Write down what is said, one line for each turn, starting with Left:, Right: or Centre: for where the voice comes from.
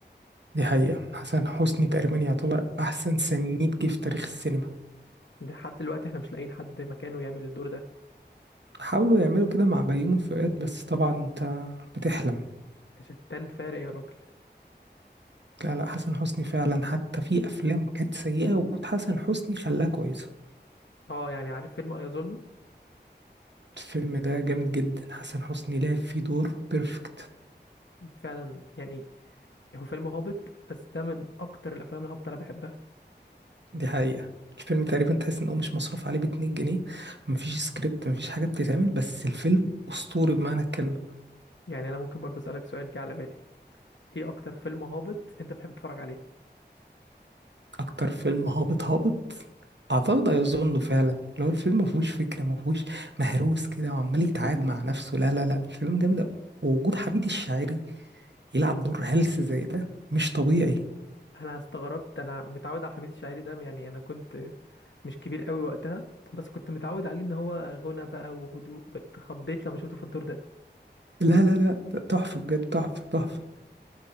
Right: دي حقيقة حسن حسني تقريبا يعتبر احسن سنيد جه في تاريخ السينما
Left: ده لحد دلوقتي احنا مش لاقيين حد مكانه يعمل الدور ده
Right: حاولوا يعملوا كده مع بيومي فؤاد بس طبعا انت بتحلم
Left: ده شتان فارق يا راجل
Right: لا لا حسن حسني فعلا حتى في افلام كانت سيئة وجود حسن حسني خلاها كويسة
Left: اه يعني عارف فيلم ايظنه
Right: الفيلم ده جامد جدا حسن حسني لعب فيه دور بيرفكت
Left: فعلا يعني هو فيلم هابط بس ده من اكتر الافلام الهابطه اللي انا بحبها
Right: دي حقيقة الفيلم تقريبا تحس ان هو مش مصروف عليه باتنين جنيه مفيش سكريبت مفيش حاجة بتتعمل بس الفيلم اسطوري بمعنى الكلمة
Left: يعني انا ممكن برضو اسالك سؤال جه على بالي ايه اكتر فيلم هابط انت بتحب تتفرج عليه
Right: اكتر فيلم هابط هابط اعتقد هيظنه فعلا اللي هو الفيلم مفهوش فكرة مفهوش مهروس كده وعمال يتعاد مع نفسه لا لا لا الفيلم جامد أوي. ووجود حميد الشاعري يلعب دور هلس زي ده مش طبيعي
Left: انا استغربت انا متعود على حميد الشاعري ده يعني انا كنت مش كبير قوي وقتها بس كنت متعود عليه ان هو غنى بقى وهدوء اتخضيت لما شفته في الدور ده
Right: لا لا لا تحفة بجد تحفة تحفة